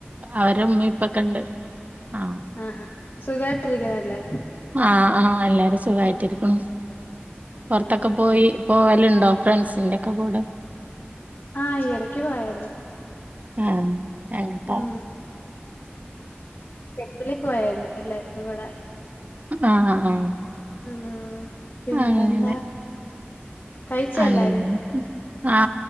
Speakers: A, on the right; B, on the left.
A: അവരെ ഉമ്മി ഇപ്പം കണ്ട് ആ
B: ആആ സുഖായിട്ട് ഇരിക്കുന്നോ എല്ലാവരും
A: ആഹ് ആഹ് എല്ലാരും സുഖായിട്ടിരിക്കുണു പുറത്തൊക്കെ
B: ഉം.
A: പോയി പോവലുണ്ടോ ഫ്രണ്ട്സിന്റെ ഒക്കെ കൂടെ
B: ആഹ് ഈയിടക്ക് പോയായിരുന്നു
A: ആ എന്നിട്ടോ
B: ഉം വെളി പോയായിരുന്നു എല്ലാർക്കും കൂടെ
A: ആ ആ
B: ഉം. പിന്നെന്താ
A: അങ്ങനെ
B: കഴിച്ചോ
A: അയിങ്ക്
B: എല്ലാരും?
A: ആ